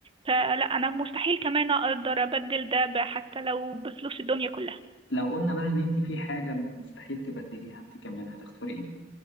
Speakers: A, on the right (about 30°); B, on the left (about 80°).
A: فلا انا مستحيل كمان اقدر ابدل ده ب- حتى لو بفلوس الدنيا كلها
B: لو قلنا بقى ان انت في حاجه مستحيل تبدليها انت كمان هتختاري ايه